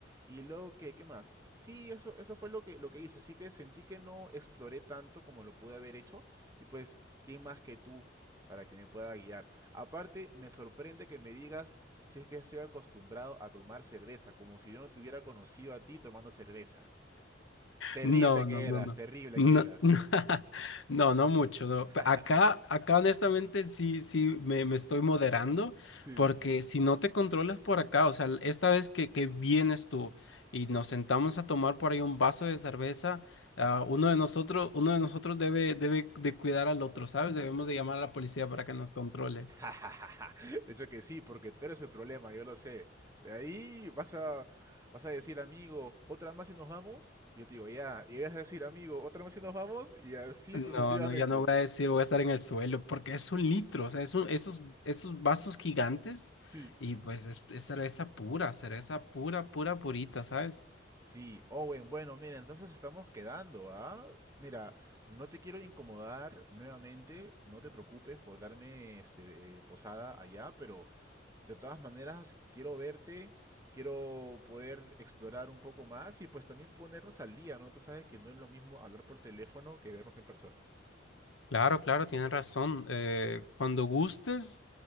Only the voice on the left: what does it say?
No, no,
no,
no.
No,
<laughs> no, no, no mucho, no. P-
Acá, acá honestamente sí, sí, me, me estoy moderando
porque
si no te controlas por acá, o sea, l- esta vez que, que vienes tú y nos sentamos a tomar por ahí un vaso de cerveza, ah, uno de nosotros, uno de nosotros debe, debe de cuidar al otro, ¿sabes? Debemos de llamar a la policía para que nos controle.
No,
no, ya no voy a decir, voy a estar en el suelo, porque es un litro, o sea, es un- esos, esos vasos gigantes
y pues es, es cerveza pura, cerveza pura, pura, purita, ¿sabes?
Claro, claro, tienes razón. Eh, cuando gustes.